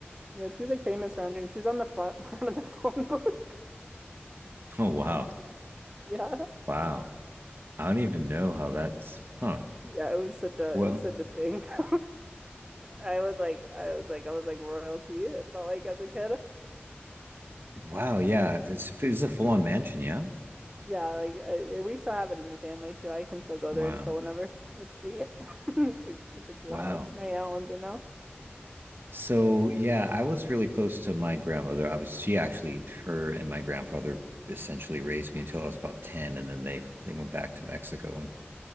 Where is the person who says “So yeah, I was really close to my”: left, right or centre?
Right